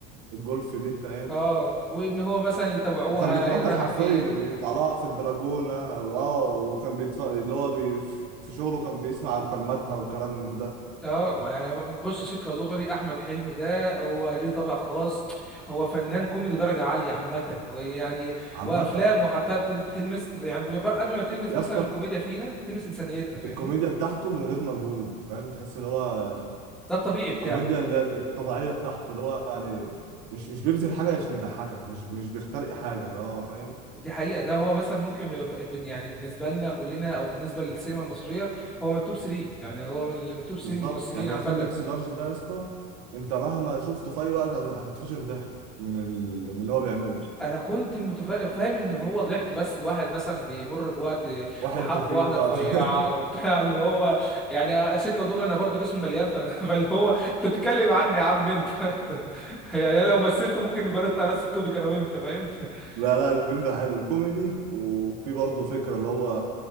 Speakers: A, on the right; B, in the centre.
A: الجولف دي فاهم
B: اه وان هو مثلا يتابعوها
A: وكان بيتنطط
B: هي رايحه
A: حرفيا
B: فين
A: يعني يطلع لها في البلكونه اه وكان بيت... اللي هو بي... في شغله كان بيسمع مكالماتها والكلام من ده
B: اه ما يعني بص سكه ودغري احمد حلمي ده هو ليه طابع خاص هو فنان كوميدي درجه عاليه عامه ويعني
A: عامة
B: وافلامه حتى بتل- بتلمس يعني بيبقى قبل ما تلمس
A: يا
B: مثلا
A: اسطى
B: الكوميديا فينا تلمس انسانيتنا فاهمني
A: الكوميديا بتاعته من غير مجهود فاهم تحس ان هو
B: ده الطبيعي بتاعه
A: الكوميديا اللي هي الطبيعيه بتاعته اللي هو يعني مش مش بيبذل حاجه عشان يضحكك مش مش بيخترق حاجه اللي هو فاهم
B: دي حقيقه ده هو مثلا ممكن يبقى بن- يعني بالنسبه لنا كلنا او بالنسبه للسينما المصريه هو من التوب 3 يعني هو من من التوب 3
A: بالظبط
B: ممثلين
A: يعني
B: عامه
A: فيلم اكس لارج ده يا اسطى انت مهما شفته في اي وقت هت- هتتفشخ ضحك من ال... من اللي هو بيعمله
B: انا كنت متفا- فاهم ان هو ضحك بس واحد مثلا بيمر بوقت
A: واحد
B: وحب
A: تخين
B: واحده
A: بقى
B: رفيعه
A: <laughs>
B: وبتاع اللي هو يعني سكه ودغري انا برضو جسمي مليان ف- <laughs> فاللي هو انت بتتكلم عني يا عم انت <laughs> أنت- يعني انا لو مثلت ممكن نبقى نطلع نفس التوبيك انا وانت فاهم <laughs>
A: لا لا الفيلم حلو كوميدي وفي برضه فكره اللي هو